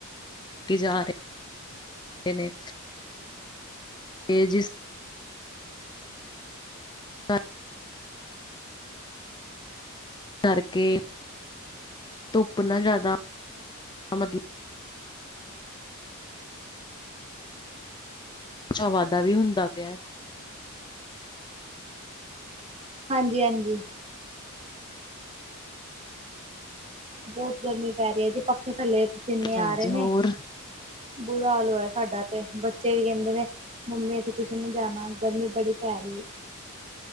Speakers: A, on the left; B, on the right.
A: ਕੱਟੀ ਜਾ ਰਹੇ। ਹੇ ਨੇ। ਕੇ ਜਿਸ। ਹਾਂ। ਕਰਕੇ ਧੁੱਪ ਨਾ ਜ਼ਿਆਦਾ, ਮਤਲਬ। ਅੱਛਾ, ਵਾਧਾ ਵੀ ਹੁੰਦਾ ਪਿਆ।
B: ਹਾਂਜੀ- ਹਾਂਜੀ। ਬੋਤ ਗਰਮੀ ਪੈ ਰਹੀ ਐ ਜੀ, ਪੱਖੇ ਥੱਲੇ ਪਸੀਨੇ
A: ਹਾਂਜੀ
B: ਆ ਰਹੇ ਨੇ।
A: ਹੋਰ
B: ਬੁਰਾ ਹਾਲ ਹੋਇਆ ਸਾਡਾ ਤੇ, ਬੱਚੇ ਵੀ ਕਹਿੰਦੇ ਨੇ। ਮੰਮੀ ਅਸੀੇ ਟੂਸ਼ਨ ਨੀ ਜਾਣਾ, ਗਰਮੀ ਬੜੀ ਪੈ ਰਹੀ।